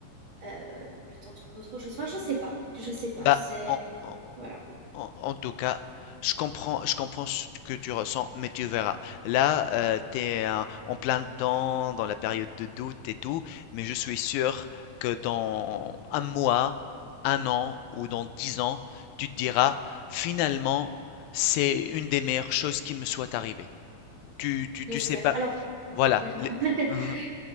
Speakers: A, on the right (about 35°); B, on the left (about 80°).
A: euh, le temps de trouver autre chose. Enfin, je sais pas, je sais pas.
B: Bah,
A: C'est,
B: en, en-
A: voilà.
B: En, en tout cas, je comprends, je comprends ce que tu ressens, mais tu verras. Là, euh, tu es en plein dedans, dans la période de doute et tout, mais je suis sûr que dans un mois, un an ou dans dix ans, tu te diras, finalement, c'est une des meilleures choses qui me soit arrivée. Tu, tu, tu
A: J'espère.
B: sais pas.
A: Alors,
B: Voilà.
A: clairement.
B: Les- <laughs>
A: <laughs>